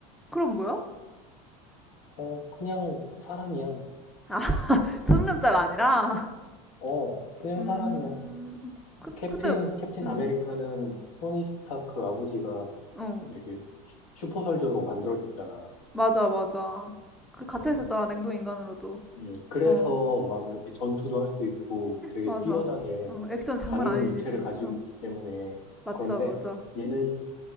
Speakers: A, in the centre; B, on the left.
A: 그럼 뭐야?
B: 어, 그냥 사람이야.
A: 아, <laughs> 초능력자가 아니라.
B: 어, 그냥
A: 음,
B: 사람이야.
A: 근,
B: 캡틴
A: 근데,
B: 캡틴
A: 음,
B: 아메리카는 토니 스타크 아버지가
A: 어,
B: 이렇게 슈- 슈퍼솔저로 만들어줬잖아.
A: 맞아, 맞아. 그 갇혀
B: 응?
A: 있었잖아, 냉동 인간으로도.
B: 음, 그래서
A: 어.
B: 막 이렇게 전투도 할 수 있고 되게
A: 맞아.
B: 뛰어나게
A: 어, 액션 장난
B: 강인한
A: 아니지.
B: 육체를 가지고
A: 어,
B: 있기 때문에
A: 맞아,
B: 그런데
A: 맞아.
B: 얘는